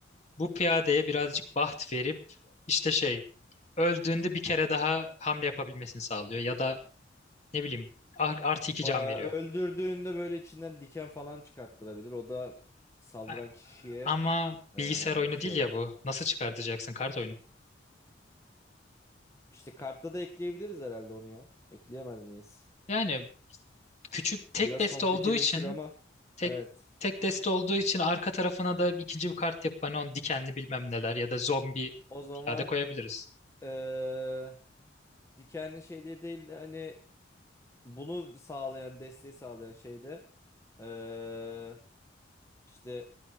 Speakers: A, on the left; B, on the left.
A: bu piyadeye birazcık baht verip işte şey öldüğünde bir kere daha hamle yapabilmesini sağlıyor ya da ne bileyim ar- artı iki
B: Aa,
A: can veriyor.
B: Öldürdüğünde böyle içinden diken falan çıkarttırabilir. O da saldıran
A: A-
B: kişiye
A: Ama
B: eee,
A: bilgisayar oyunu
B: şey
A: değil
B: olur.
A: ya bu. Nasıl çıkartacaksın kart oyunu?
B: İşte kartta da ekleyebiliriz herhalde onu ya. Ekleyemez miyiz?
A: Yani küçük tek
B: Biraz
A: deste
B: komplikeleşir
A: olduğu için
B: ama
A: tek
B: evet.
A: tek deste olduğu için arka tarafına da ikinci bir kart yapıp hani onu dikenli bilmem neler ya da zombi
B: O zaman
A: piyade koyabiliriz.
B: eee, dikenli şey diye değil de hani bunu sağlayan, desteği sağlayan şeyde eee işte